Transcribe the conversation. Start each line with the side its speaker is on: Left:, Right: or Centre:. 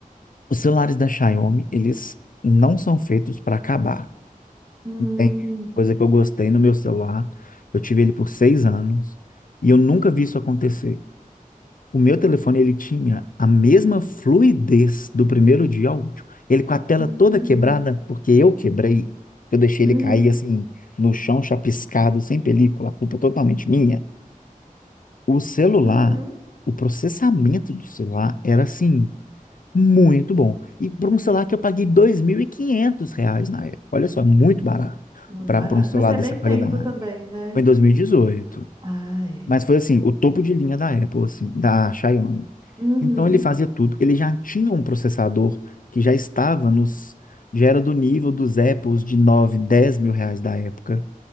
Left: os celulares da Xiaomi, eles não são feitos para acabar.
Right: Hum,
Left: Não Tem coisa que eu gostei no meu celular. Eu tive ele por seis anos e eu nunca vi isso acontecer. O meu telefone, ele tinha a mesma fluidez do primeiro dia ao último. Ele com a tela
Right: uhum,
Left: toda quebrada, porque eu quebrei. Eu deixei
Right: uhum,
Left: ele cair assim no chão, chapiscado, sem película, a culpa totalmente minha. O celular,
Right: uhum.
Left: o processamento do celular era assim muito bom. E por um celular que eu paguei 2.500 reais na época. Olha só, muito barato
Right: Muito
Left: para
Right: barato.
Left: um celular
Right: Mas tem
Left: dessa
Right: bem tempo
Left: qualidade.
Right: também, né?
Left: Foi em dois mil e dezoito
Right: Ah, é.
Left: Mas foi assim, o topo de linha da Apple, assim, da Xiaomi.
Right: Uhum,
Left: Então ele fazia tudo. Ele já tinha um processador que já estava nos. Já era do nível dos Apples de 9 10 mil reais da época.